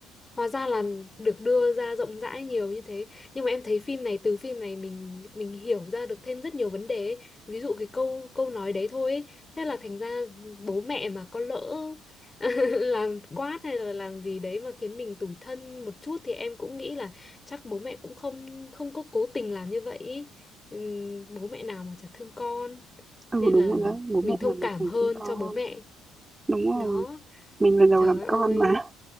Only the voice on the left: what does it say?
Hóa ra là được đưa ra rộng rãi nhiều như thế. Nhưng mà em thấy phim này từ phim này mình mình hiểu ra được thêm rất nhiều vấn đề ấy. Ví dụ cái câu câu nói đấy thôi ấy. Thế là thành ra bố mẹ mà có lỡ <laughs> làm quát hay là làm gì đấy mà khiến mình tủi thân một chút thì em cũng nghĩ là chắc bố mẹ cũng không không có cố tình làm như vậy ý. Ừm, Bố mẹ nào mà chả thương con.
Nên
là
mình
thông
cảm
hơn
cho bố mẹ.
Đó,
trời
ơi.